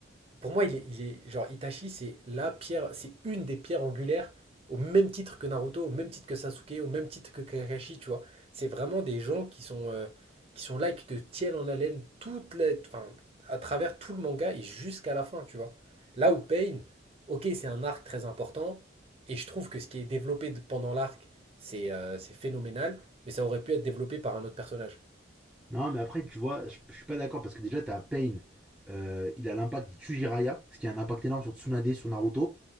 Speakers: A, on the right; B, in the centre.
A: Pour moi, il est il est genre Itachi, c'est la pierre c'est une des pierres angulaires au même titre que Naruto, au même titre que Sasuke, au même titre que Kakashi, tu vois? C'est vraiment des gens qui sont, heu, qui sont là et qui te tiennent en haleine toute la enfin, à travers tout le manga et jusqu'à la fin, tu vois? Là où Pain, OK, c'est un arc très important et je trouve que ce qui est développé d pendant l'arc, c'est, heu, c'est phénoménal, mais ça aurait pu être développé par un autre personnage.
B: Non, mais après, tu vois, je, je suis pas d'accord, parce que déjà, t'as Pain, euh, il a l'impact, il tue Jiraiya, ce qui a un impact énorme sur Tsunade, sur Naruto.